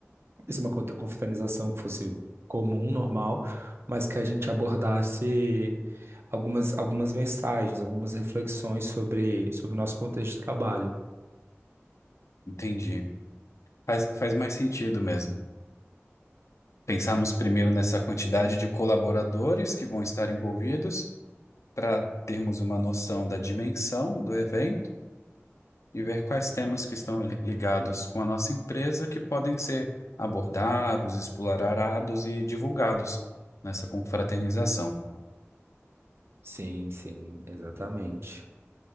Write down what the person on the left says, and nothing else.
entendi. Faz, faz mais sentido mesmo. Pensamos primeiro nessa quantidade de colaboradores que vão estar envolvidos para termos uma noção da dimensão do evento. e ver quais temas que estão li- ligados com a nossa empresa que podem ser abordados, explorados e divulgados nessa confraternização.